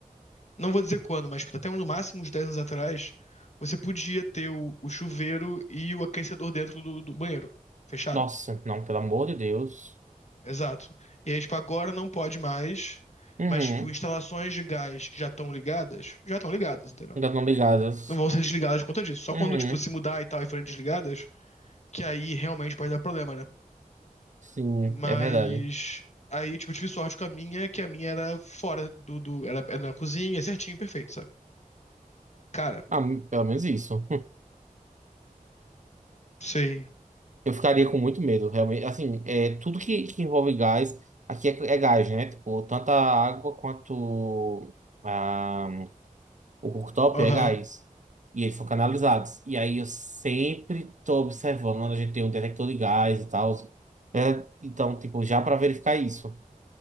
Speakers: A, on the left; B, on the right.
A: Não vou dizer quando, mas tipo, até no máximo uns 10 anos atrás, você podia ter o, o chuveiro e o aquecedor dentro do, do banheiro, fechado.
B: Nossa, não, pelo amor de Deus.
A: Exato. E aí, tipo, agora não pode mais,
B: Uhum.
A: mas, tipo, instalações de gás que já estão ligadas, já estão ligadas, entendeu?
B: Ainda não ligadas.
A: Não vão ser desligadas por conta disso. Só
B: Uhum.
A: quando, tipo, se mudar e tal e forem desligadas, que aí realmente pode dar problema, né?
B: Sim,
A: Mas
B: é verdade.
A: aí, tipo, eu tive sorte com a minha, que a minha era fora do, do era, era na cozinha, certinho, perfeito, sabe? Cara,
B: Ah, pelo menos isso. <laughs>
A: sei.
B: Eu ficaria com muito medo, realmente. Assim, é, tudo que, que envolve gás, aqui é, é gás, né? Tipo, tanto a água quanto a, o cooktop
A: Aham,
B: é gás. E eles são canalizados. E aí eu sempre tô observando quando a gente tem um detector de gás e tal. É, então, tipo, já para verificar isso.